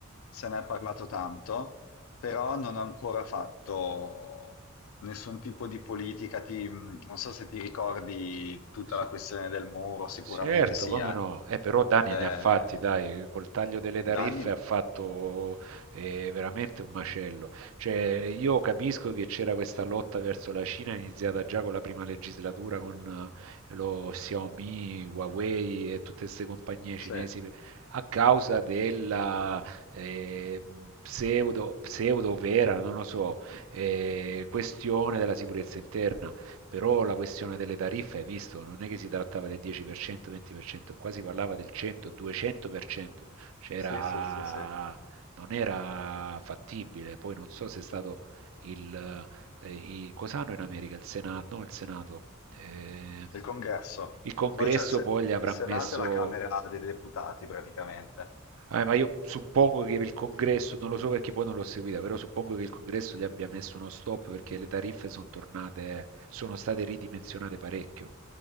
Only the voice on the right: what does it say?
Su-
Certo,
come
no? Eh, però Dani
ne ha fatti, dai, col taglio delle tariffe
ha fatto eh, veramente un macello. Cioè, io capisco che c'era questa lotta verso la Cina iniziata già con la prima legislatura con eh, lo Xiaomi, Huawei e tutte queste compagnie
cinesi a causa della eh, pseudo, pseudo vera, non lo so, eh, questione della sicurezza interna però la questione delle tariffe, hai visto, non è che si trattava del 10%, 20%, qua si parlava del 100, 200%, cioè
era-
non era fattibile. Poi non so se è stato il... eh, i- cos'hanno in America? Il Senato, no, il Senato. eh,
il congresso
poi gli avrà
messo
eh, ma io suppongo che il congresso, non lo so perché poi non l'ho seguita, però suppongo che il congresso gli abbia messo uno stop perché le tariffe sono tornate, sono state ridimensionate parecchio,